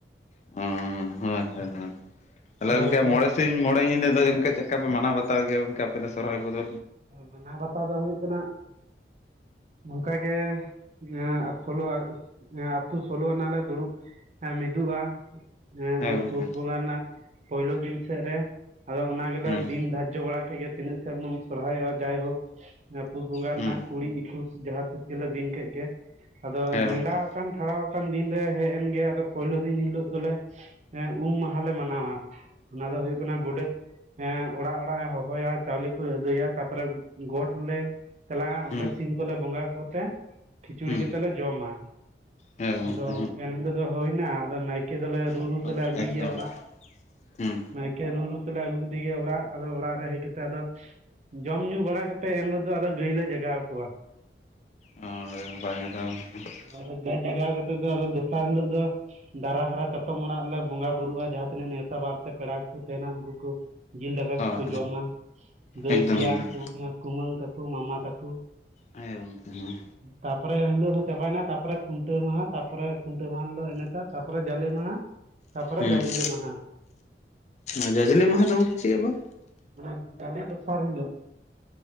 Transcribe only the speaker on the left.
ᱦᱳᱭ ᱦᱳᱭ ᱾ ᱛᱟᱦᱚᱞᱮ
ᱜᱚᱢᱠᱮ
ᱢᱚᱬᱮ ᱥᱤᱧ ᱢᱚᱬᱮ ᱧᱤᱫᱟᱹ ᱫᱚ ᱜᱚᱢᱠᱮ ᱪᱮᱫ ᱠᱟ ᱯᱮ ᱢᱟᱱᱟᱣ ᱵᱟᱛᱟᱣ ᱜᱮᱭᱟ ᱜᱚᱢᱠᱮ ᱟᱯᱮ ᱫᱚ ᱥᱚᱨᱦᱟᱭ ᱠᱚᱫᱚ᱾
ᱦᱮᱸ
ᱜᱚᱝᱠᱮ
ᱦᱩᱸ
ᱦᱩᱸ
ᱦᱮᱸ ᱜᱚᱝᱠᱮ
ᱦᱩᱸ
ᱦᱩᱸ ᱦᱩᱸ
ᱦᱮᱸ ᱜᱚᱝᱠᱮ
ᱦᱩᱸ
ᱮᱠᱫᱚᱢ
ᱦᱩᱸ
<inaudible> ᱚ ᱟᱹᱰᱤ ᱱᱟᱯᱟᱭ ᱠᱟᱛᱷᱟ ᱜᱚᱝᱠᱮ᱾ <unintelligible>
ᱦᱳᱭ
ᱮᱠᱫᱚᱢ
ᱮᱠᱫᱚᱢ
ᱦᱮᱸ ᱜᱚᱝᱠᱮ ᱦᱮᱸ
ᱦᱩᱸ
ᱟᱨ ᱡᱟᱡᱽᱞᱮ ᱢᱟᱦᱟ ᱫᱚ ᱜᱚᱝᱠᱮ ᱪᱮᱫ ᱟᱵᱟᱨ?